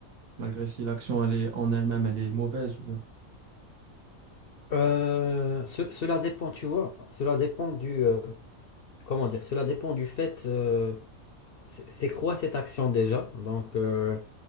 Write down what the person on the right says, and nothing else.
malgré si l'action elle est en elle-même, elle est mauvaise ou bien.